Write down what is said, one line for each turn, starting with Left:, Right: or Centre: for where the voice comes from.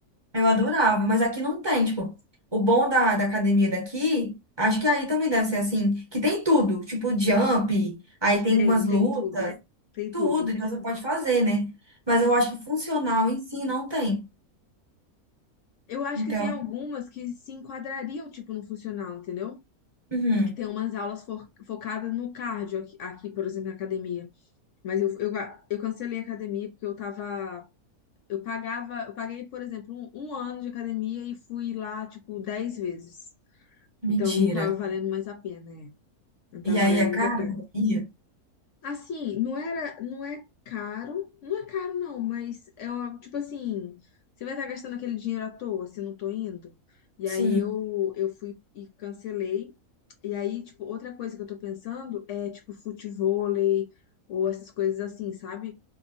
Right: Eu adorava, mas aqui não tem, tipo, o bom da, da academia daqui, acho que aí também deve ser assim, que tem tudo, tipo jump, aí tem
Left: Tem,
Right: umas lutas,
Left: tem tudo. Tem
Right: tudo,
Left: tudo.
Right: então você pode fazer, né? Mas eu acho que funcional em si não tem.
Left: Eu acho
Right: Então,
Left: que tem algumas que se enquadrariam, tipo, no funcional, entendeu?
Right: uhum,
Left: Que tem umas aulas fo- focadas no cardio aqui, aqui, por exemplo, na academia. Mas eu, eu, eu cancelei a academia porque eu tava. Eu pagava, eu paguei, por exemplo, um, um ano de academia e fui lá, tipo, dez vezes.
Right: mentira.
Left: Então não tava valendo mais a pena, é. Não tava
Right: E aí
Left: valendo
Right: é
Left: muito
Right: cara
Left: a pena.
Right: a academia?
Left: Assim, não era, não é caro, não é caro não, mas é ó, tipo assim, você vai estar gastando aquele dinheiro à toa se não tô indo. E
Right: Sim.
Left: aí eu eu fui e cancelei. E aí, tipo, outra coisa que eu tô pensando é tipo futevôlei ou essas coisas assim, sabe?